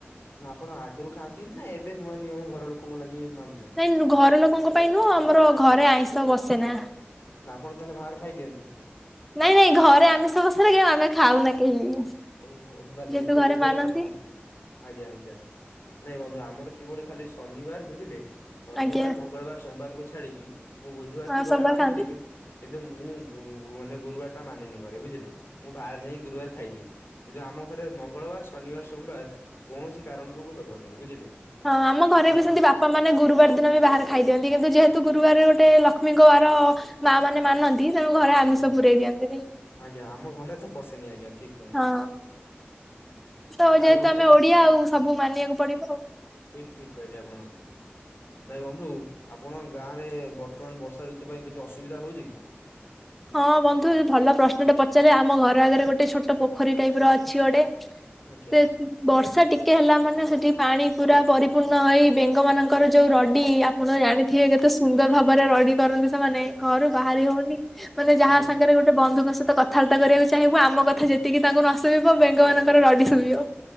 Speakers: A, on the left; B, in the centre.
A: ନା ଆପଣ ଆଗରୁ ଖାଆନ୍ତିନି ନା ଏବେ ନୂଆ ନିୟମ ଘର ଲୋକ କ ଙ୍କ ଲାଗି ମାନୁଛନ୍ତି।
B: ନାଇଁ ଘର ଲୋକଙ୍କ ପାଇଁ ନୁହଁ ଆମର ଘରେ ଆଇଁଷ ବସେ ନା।
A: ନା ଆପଣ ତାହେଲେ ବାହାର ଖାଇଦିଅନ୍ତି।
B: ନାଇଁ ନାଇଁ ଘରେ ଆମିଷ ପସେନା କି ଆମେ ଖାଉ ନା କେହି
A: ଓହୋ ତାଲେ
B: ଯେହେତୁ
A: ଏବେ
B: ଘରେ
A: ଏଭଳି
B: ମାନନ୍ତି।
A: କଥା ଆଜ୍ଞା ଆଜ୍ଞା। ନାଇଁ ବନ୍ଧୁ ଆମର କିଭଳି ଖାଲି ଶନିବାର ବୁଝିଲେ? ଶନିବାର,
B: ଆଜ୍ଞା
A: ମଙ୍ଗଳବାର, ସୋମବାରକୁ ଛାଡିକି ମୁଁ ବୁଧବାର
B: ଆଉ
A: ଟି ଘରେ
B: ସବୁବେଳେ
A: ମାନନ୍ତି
B: ଖାଆନ୍ତି।
A: କିନ୍ କିନ୍ତୁ ମୁଁ ବୁ ମାନେ ଗୁରୁବାର ଟା ମାନେନି ଘରେ ବୁଝିଲି ମୁଁ ବାରେ ଯାଇ ମୁଁ ଗୁରୁବାର ଖାଇଦିଏ। କିନ୍ତୁ ଆମ ଘରେ ମଙ୍ଗଳବାର, ଶନିବାର, ସୋମବାର, କୌଣସି କାରଣରୁ ବି ହବ ନାହିଁ ବୁଝିଲେ।
B: ହଁ ଆମ ଘରେ
A: ନା
B: ବି ସେମତି ବାପ ବାପା ମାନେ ଗୁରୁବାର ଦିନ ବି ବାହାରାରେ ଖାଇ ଦିଅନ୍ତି। କିନ୍ତୁ ଯେହେତୁ ଗୁରୁବାର ଗୋଟେ ଲକ୍ଷ୍ମୀଙ୍କ ବାର ମା ମାନେ ମାନନ୍ତି ତେଣୁ ଘରେ ଆମିଷ
A: ଆଜ୍ଞା
B: ପୁରେଇ ଦିଅନ୍ତି ନି।
A: ଆଜ୍ଞା ଆମ ଘରେ ତ ପଶେନି ଆଜ୍ଞା ଠିକ। କହିଲେ
B: ହଁ ତ
A: ଆଉ
B: ଯେହେତୁ
A: ବନ୍ଧୁ
B: ଆମେ ଓଡିଆ ଆଉ ସବୁ ମାନିବାକୁ ପଡିବ ଆଉ।
A: ଠିକ୍ ଠିକ୍ କହିଲେ ଆପଣ। ନାଇଁ ବନ୍ଧୁ ଆପଣ ଗାଁ ରେ ବର୍ତ୍ତମାନ ବର୍ଷା ଋତୁ ପାଇଁ କିଛି ଅସୁବିଧା ହଉଛି କି?
B: ହଁ ବନ୍ଧୁ ଭଲ ପ୍ରଶ୍ନଟେ ପଚାରିଲେ ଆମ ଘର ଆଗରେ ଗୋଟେ ଛୋଟ ପୋଖରୀ ଟାଇପ ର ଅଛି ଗୋଟେ।
A: ଆଜ୍ଞା
B: ତେ <unintelligible> ବର୍ଷା ଟିକେ ହେଲା ମାନେ ସେଠି ପାଣି ପୁରା ପରିପୂର୍ଣ୍ଣ ହୋଇ ବେଙ୍ଗ ମାନଙ୍କର ଯୋଉ ରଡି ଆମ୍ ଆଣ ଜାଣିଥିବେ କେତେ ସୁନ୍ଦର ଭାବରେ ରଡି କରନ୍ତି ସେମାନେ ଘରୁ ବାହାରି ହଉନି ମାନେ ଯାହା
A: ଆଜ୍ଞା
B: ସାଙ୍ଗେ ଗୋଟେ ବନ୍ଧୁଙ୍କ ସହିତ କଥାବାର୍ତ୍ତା କରିବାକୁ ଚାହିଁବୁ ଆମ କଥା ଯେତିକି ତାଙ୍କୁ ନ ଶୁଭିବ ବେଙ୍ଗ ମାନଙ୍କର ରଡି ଶୁଭିବ।